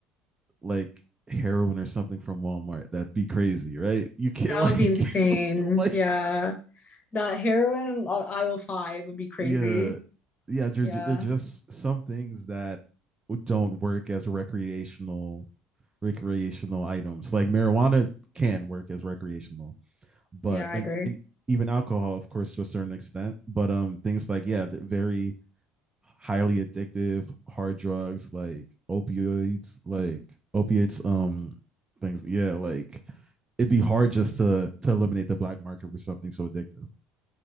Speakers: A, on the right (about 15°); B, on the left (about 30°).
A: like heroin or something from Walmart. That'd be crazy, right? You can't
B: That
A: like
B: would be insane.
A: <laughs> like
B: Yeah. That heroin on aisle five would be crazy.
A: yeah yeah. They're
B: Yeah.
A: they're just some things that don't work as recreational recreational items. Like marijuana can work as recreational, but
B: Yeah, I
A: and,
B: agree.
A: and even alcohol, of course, to a certain extent. But um, things like yeah, very highly addictive hard drugs like opioids like opiates um things yeah like it'd be hard just to to eliminate the black market for something so addictive